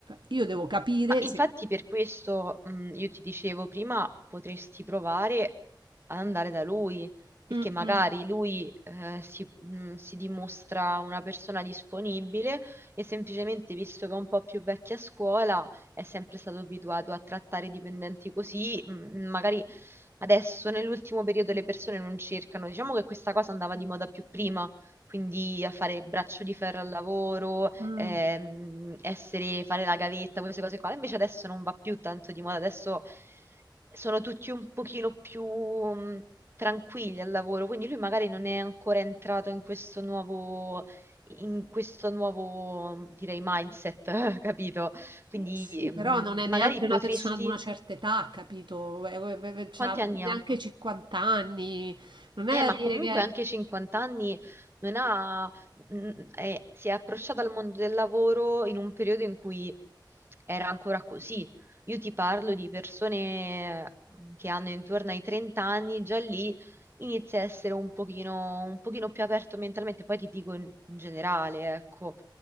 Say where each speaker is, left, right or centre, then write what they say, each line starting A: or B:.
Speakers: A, on the right; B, on the right.
A: io devo capire
B: Ma infatti
A: se...
B: per questo mh, io ti dicevo prima potresti provare ad andare da lui, perché
A: Mm,
B: magari
A: mm,
B: lui eh, si, mh, si dimostra una persona disponibile e semplicemente visto che è un po' più vecchia a scuola è sempre stato abituato a trattare i dipendenti così, mh, magari adesso nell'ultimo periodo le persone non cercano, diciamo che questa cosa andava di moda più prima quindi a fare braccio di ferro al lavoro,
A: mm.
B: ehm, essere, fare la gavetta, queste cose qua. Invece adesso non va più tanto di moda, adesso sono tutti un pochino più mh, tranquilli al lavoro, quindi lui magari non è ancora entrato in questo nuovo, in questo nuovo, direi, mindset, <laughs> capito? Quindi
A: Sì,
B: mh,
A: però non è neanche
B: magari
A: una
B: potresti...
A: persona di una certa età, capito? Eh, eh, eh, C'ha
B: Quanti anni
A: neanche
B: ha?
A: 50 anni. Non è
B: Eh, ma
A: da dire
B: comunque
A: che
B: anche 50 anni non ha, mm, eh, si è approcciata al mondo del lavoro in un periodo in cui era ancora così. Io ti parlo di persone mm, che hanno intorno ai 30 anni, già lì inizia a essere un pochino, un pochino più aperto mentalmente, poi ti dico in, in generale, ecco.